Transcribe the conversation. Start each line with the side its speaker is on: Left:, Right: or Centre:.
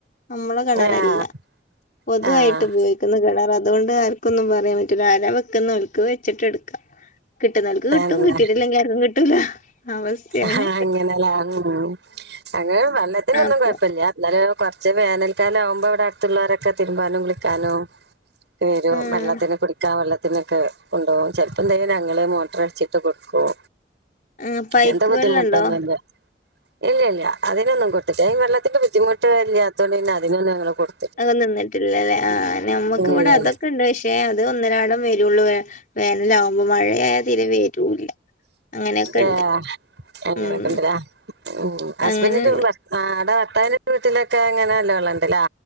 Left: നമ്മളെ കെണറല്ല
Right: ആഹ്
Left: പൊതുവായിട്ട്
Right: ആഹ്
Left: ഉപയോഗിക്കുന്ന കിണറതുകൊണ്ട് ആർക്കൊന്നും പറയാൻ പറ്റില്ല ആരാ വെക്കുന്നെ ഓല്ക്ക് വെച്ചിട്ട് എടുക്ക കിട്ട്നോൽക്ക്
Right: തന്നെ
Left: കിട്ടും കിട്ടിട്ടില്ലെങ്കി ആർക്കും കിട്ടൂല അവസ്ഥയാണ്
Right: അഹാ അങ്ങനെലെ ഉം അങ്ങനെ വെള്ളത്തിനൊന്നും
Left: അപ്പൊ
Right: കൊഴപ്പല്യാ ഇന്നലെ കോറ്ച്ച് വേനൽക്കാലാകുമ്പോ ഇവിടെ അടുത്തുള്ളോരേക്കെ തിരുമ്പാനും കുളിക്കാനും വരും
Left: ഉം
Right: വെള്ളത്തിന് കുടിക്കാൻ വെള്ളത്തിനൊക്കെ കൊണ്ടോകും ചിലപ്പോ എന്തെങ്കിലും ഞങ്ങൾ മോട്ടറടിച്ചിട്ട് കൊടുക്കും
Left: ആഹ് പൈപ്പ്
Right: അങ്ങന് ത്തെ ബുദ്ധിമുട്ടോന്നുല്ല
Left: വെള്ളണ്ടോ
Right: ഇല്ലല്ല അതിനൊന്നും കൊട്ത്റ്റ വെള്ളത്തിന്റെ ബുദ്ധിമുട്ട് ഇല്യാതോണ്ട് പിന്നെ അതിനൊന്നും ഞങ്ങള് കൊട്
Left: അതോ നിന്നിട്ടില്ലല്ലേ ആഹ് ഞമ്മക്കിവിടെ
Right: ഇല്ലല്ല
Left: അതൊക്കെണ്ട് വിഷ പക്ഷെ അത് ഒന്നരടം വരുള്ളൂ വേ വേനലാകുമ്പോ മഴയയാ തീരെ വരൂല്ല അങ്ങനെയൊക്കെണ്ട്
Right: ഏ അങ്ങനെക്ക്ണ്ട്ലെ
Left: ഉം
Right: ഉം ഹസ്ബന്റിന്റെ
Left: അങ്ങനെണ്ട്
Right: ഭർ ആടെ ഭർത്താവിന്റെ വീട്ടിലൊക്കെ അങ്ങനെ നല്ല വെള്ളണ്ട്ലെ